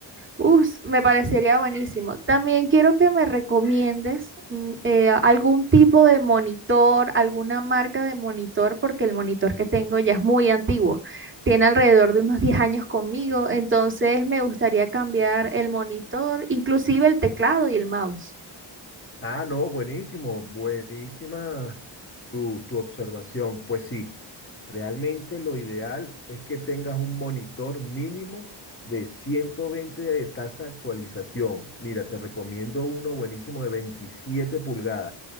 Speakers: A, on the right (about 25°); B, on the left (about 25°).
A: Uf, me parecería buenísimo. También quiero que me recomiendes mm, eh, algún tipo de monitor, alguna marca de monitor, porque el monitor que tengo ya es muy antiguo. Tiene alrededor de unos 10 años conmigo, entonces me gustaría cambiar el monitor, inclusive el teclado y el mouse.
B: Ah, no, buenísimo, buenísima tu, tu observación. Pues sí, realmente lo ideal es que tengas un monitor mínimo de 120 de tasa de actualización. Mira, te recomiendo uno buenísimo de 27 pulgadas.